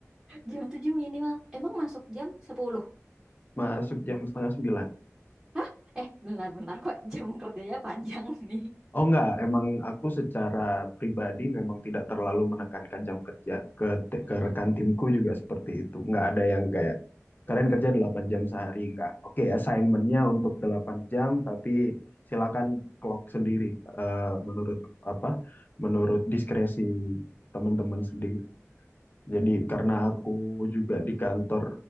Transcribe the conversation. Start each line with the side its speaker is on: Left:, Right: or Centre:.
Right: Jam 7 minimal. Emang masuk jam 10?
Left: <laughs> Masuk jam setengah 9.
Right: Hah? Eh, bentar-bentar kok <laughs> jam kerjanya panjang <laughs> nih.
Left: Oh enggak, emang aku secara pribadi memang tidak terlalu menekankan jam kerja. Ke, te-
Right: Hmm.
Left: ke rekan timku juga seperti itu. Enggak ada yang kayak, kalian kerja 8 jam sehari. Enggak. Oke, assignmentnya untuk 8 jam, tapi silakan clock sendiri. eh, menurut apa? Menurut diskresi teman-teman sendiri. Jadi karena
Right: Oh.
Left: aku juga di kantor